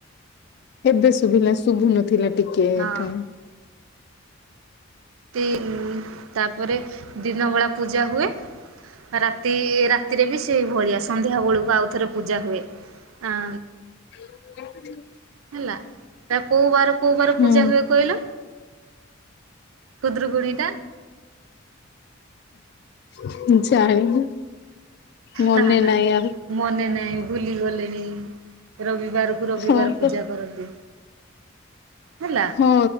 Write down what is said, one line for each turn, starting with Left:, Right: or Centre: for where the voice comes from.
Left: ଏବେ ଶୁଭିଲା, ଶୁଭୁ ନଥିଲା ଟିକେ ଏଠା
Right: ହଁ ତିନ୍ ତାପରେ ଦିନବେଳା ପୂଜା ହୁଏ। ରାତି ରାତିରେ ବି ସେଇ ଭଳିଆ ସନ୍ଧ୍ୟା ବେଳକୁ ଆଉଥରେ ପୂଜା ହୁଏ ଆ
Left: <inaudible>
Right: ହେଲା, ଏ କୋଉ ବାର କୋଉ ବାର
Left: ହୁଁ
Right: ପୂଜା ହୁଏ କହିଲ? ଖୁଦୁରୁକୁଣୀ ଟା
Left: ହୁଁ ଜାଣିନି। ମନେ
Right: ହା ଆ ହା
Left: ନାହିଁ ଆଉ
Right: ମନେ ନାହିଁ। ଭୁଲି ଗଲେଣି, ରବିବାରକୁ ରବିବାର
Left: ହଁ
Right: ପୂଜା
Left: ପା।
Right: କରନ୍ତି। ହେଲା।
Left: ହଁ